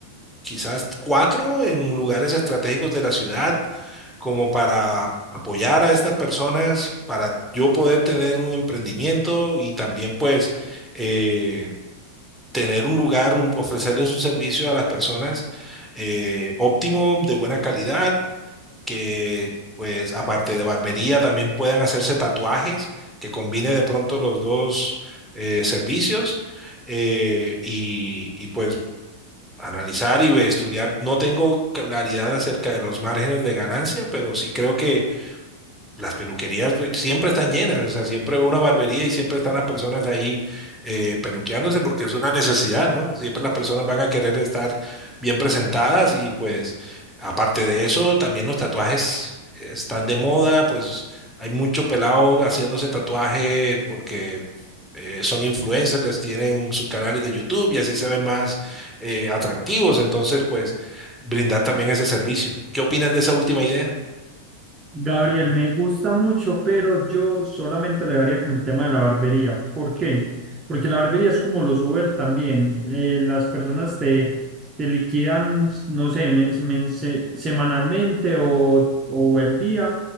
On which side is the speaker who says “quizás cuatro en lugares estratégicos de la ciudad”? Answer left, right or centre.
Centre